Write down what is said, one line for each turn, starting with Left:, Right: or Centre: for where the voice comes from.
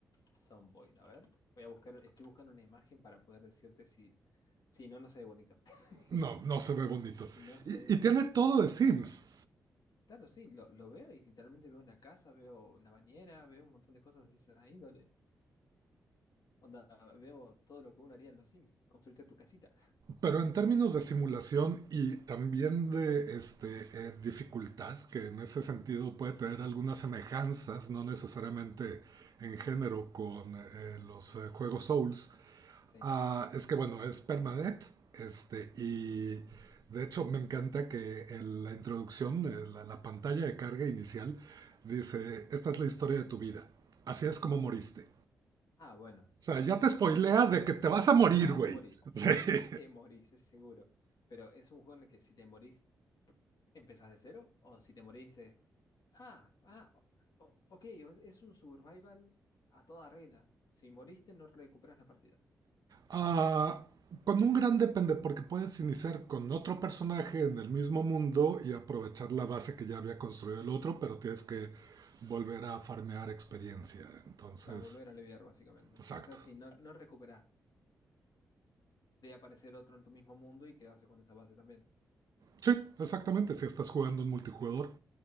Left: Zomboid. A ver. Voy a buscar, estoy buscando una imagen para poder decirte si, si no, no se ve bonito. <laughs>
Right: No, no se ve bonito.
Left: No se
Right: Y,
Left: ve bonito.
Right: y tiene todo de Sims.
Left: Claro, sí, lo, lo veo y literalmente veo una casa, veo la bañera, veo un montón de cosas de esa índole. Onda, veo todo lo que uno haría en los Sims, construirte tu casita.
Right: Pero en términos de simulación y también de este, eh, dificultad, que en ese sentido puede tener algunas semejanzas, no necesariamente en género con eh, los eh, juegos Souls,
Left: <laughs> Sí.
Right: ah, es que bueno, es permadeath, este, y de hecho me encanta que en la introducción, eh, la, la pantalla de carga inicial, dice, esta es la historia de tu vida, así es como moriste.
Left: Ah, bueno,
Right: O sea, ya te spoilea
Left: Está,
Right: de que te
Left: ya
Right: vas
Left: te-
Right: a morir,
Left: que te vas
Right: güey.
Left: a morir.
Right: <laughs>
Left: En
Right: Sí.
Left: algún momento te morís, es seguro. Pero es un juego en el que si te morís, empezás de cero. O si te morís, es. Ah, ah, o- o- ok, o- es un survival a toda regla. Si moriste, no recuperas la partida.
Right: Ah, con un gran depende, porque puedes iniciar con otro personaje en el mismo mundo y aprovechar
Left: Sí.
Right: la base que ya había construido el otro, pero tienes que volver a farmear experiencia. Entonces,
Left: Claro, volver a leviar, básicamente.
Right: exacto.
Left: O sea, si no, no recuperas, podría aparecer otro en tu mismo mundo y quedarse con esa base también.
Right: Sí, exactamente. Si estás jugando en multijugador,